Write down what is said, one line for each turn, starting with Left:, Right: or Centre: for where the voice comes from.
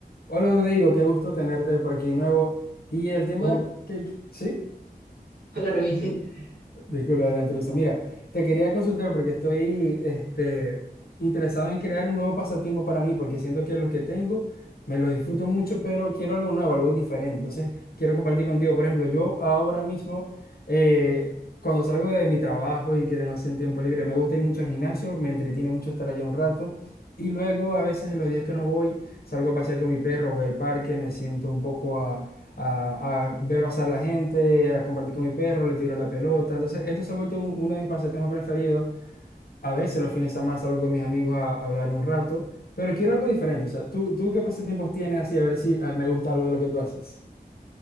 Left: Hola Rodrigo, qué gusto tenerte por aquí de nuevo. Y el tema
Right: Oh,
Left: que, que- sí,
Right: hola Remy. <laughs>
Left: Disculpa de la introducción. Mira, te quería consultar porque estoy este, interesado en crear un nuevo pasatiempo para mí, porque siento que los que tengo me los disfruto mucho, pero quiero algo nuevo, algo diferente. Entonces, quiero compartir contigo. Por ejemplo, yo ahora mismo, eh, cuando salgo de mi trabajo y que tengo así un tiempo libre, me gusta ir mucho al gimnasio, me entretiene mucho estar allá un rato. Y luego, a veces, en los días que no voy, salgo a pasear con mi perro, voy al parque, me siento un poco a, a ver pasar la gente, a compartir con mi perro, le tiro la pelota. Entonces, esto se ha vuelto un- uno de mis pasatiempos preferidos. A veces los fines de semana salgo con mis amigos a, a hablar un rato, pero quiero algo diferente. O sea, ¿tú, tú qué pasatiempos tienes así? A ver si ah, me gusta algo de lo que tú haces.